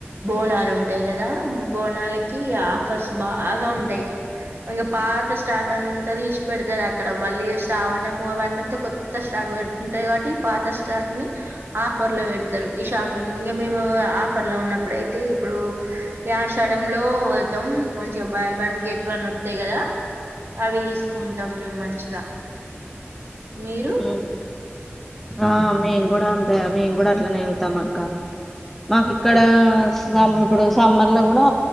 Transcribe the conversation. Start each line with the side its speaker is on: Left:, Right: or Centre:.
Right: బోనాలు ఉంటాయి కదా బోనాల కి ఆఫర్స్ బాగా ఉంటాయి ఇంకా పాత స్టాక్ అంతా తీసు క్ పెడతారు అక్కడ మళ్ళీ శ్రావనము అవన్న కొత్త షాక్ పెడత ఉంటాయి కాబట్టి ఈ పాత స్టాక్ ని ఆఫర్ లో పెడతారు ఈ షాపింగ్ ఇంకా మేము ఆఫర్ లో ఉన్నప్పుడుయితే ఇప్పుడు ఇ ఆశడంలో పోతాం కొంచెం బై వన్ గెట్ వన్ వత్తాయి కదా అవి తీసుకుంటాం మేము మంచిగా మీరు
Centre: మ్ ఆ మేం కూడా అంతే మేం కూడా అట్లనే వెళ్తాం అక్క. మాకు ఇక్కడ సమ్ ఇప్పుడు సమ్మర్ లో కూడా